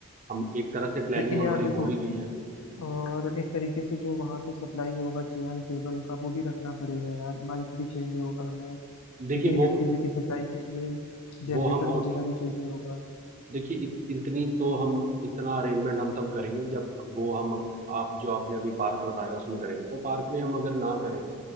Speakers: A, on the right; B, on the left.
A: हम एक तरह से प्लानिंग
B: लेकिन
A: हमारी
B: यार देखो
A: हो ही गई है
B: और एक तरीके से जो वहाँ पे सप्लाई होगा चेयर टेबल का वो भी रखना पड़ेगा यार माइक भी चाहिए होगा हमें क्योंकि
A: देखिए
B: इलेक्ट्रिसिटी
A: वो
B: सप्लाई के लिए जनरेटर
A: वो हम होटल
B: वगैरह भी चाहिए होगा
A: देखिए इत, इतनी तो हम इतना अरेंजमेंट हम तब करेंगे जब वो हम आप जो आपने अभी पार्क बताया उसमें करेंगे तो पार्क में हम अगर ना करें